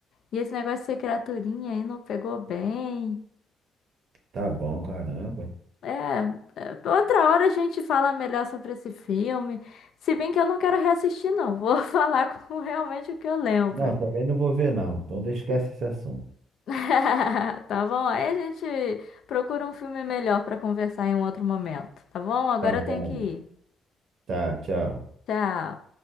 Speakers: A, on the left; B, on the right.
A: E esse negócio de ser criaturinha aí não pegou bem.
B: tá bom, caramba.
A: É, é, outra hora a gente fala melhor sobre esse filme. Se bem que eu não quero reassistir, não. Vou <laughs> falar com realmente o que eu lembro.
B: Não, também não vou ver não. Então, esquece esse assunto.
A: <laughs> Tá bom? Aí a gente procura um filme melhor pra conversar em um outro momento, tá bom? Agora
B: Tá bom.
A: eu tenho que ir.
B: Tá, tchau.
A: Tchau.